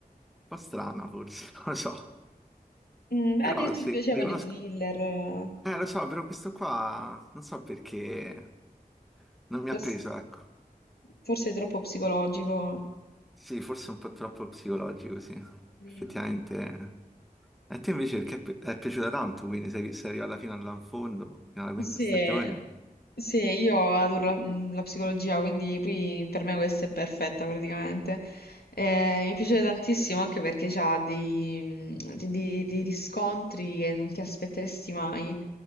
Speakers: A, in the centre; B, on the left (about 85°).
A: po' strana, forse, <laughs> non lo so.
B: Mm, beh,
A: Però
B: mi
A: sì,
B: ti piacevano
A: li conosco.
B: i thriller, eh,
A: Eh, lo so, però questo qua non so perché non mi
B: forse,
A: ha preso, ecco.
B: forse è troppo psicologico.
A: Sì, forse un po' troppo psicologico, sì.
B: Mm.
A: Effettivamente. E te invece perché è pi- è piaciuta tanto, quindi sei, sei arrivato fino alla- in fondo, fino alla quinta
B: Sì,
A: stagione.
B: sì, io adoro la, mh, la psicologia, quindi poi per me questa è perfetta praticamente. Eh, mi piace tantissimo anche perché c'ha dei, mh, dei- dei- dei riscontri che non ti aspetteresti mai.